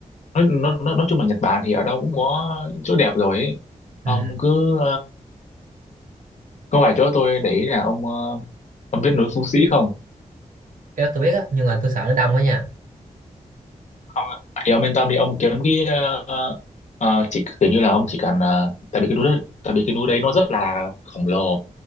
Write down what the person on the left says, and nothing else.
nói nói nói nói chung là Nhật Bản thì ở đâu cũng có chỗ đẹp rồi ấy. ông
cứ có vài chỗ tôi để ý là ông ờ, ông biết núi Phú Sĩ không
Không ạ. thì ông yên tâm đi ông kiếm cái ờ, ờ, chỉ kiểu như là ông chỉ cần ờ, tại vì cái núi đó tại vì cái núi đấy nó rất là khổng lồ